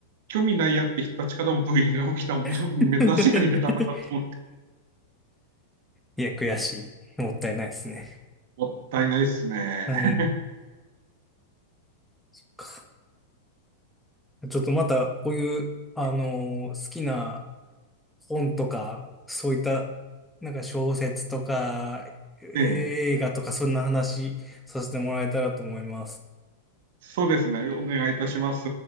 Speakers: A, on the right (about 65°); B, in the centre.
A: 興味ないやって人たちからもブーイングが起きたもの珍しいアニメだなと思
B: <laughs> いや、悔しい。もったいないですね。
A: もったいないっすね。
B: あ
A: <laughs>
B: かちょっとまた、こういう、あのー好きな
A: はい。
B: 本とか、そういった、なんか小説とか、映画とか、
A: <laughs> ええ
B: そんな話させてもらえたらと思います。
A: そうですね。お願いいたします。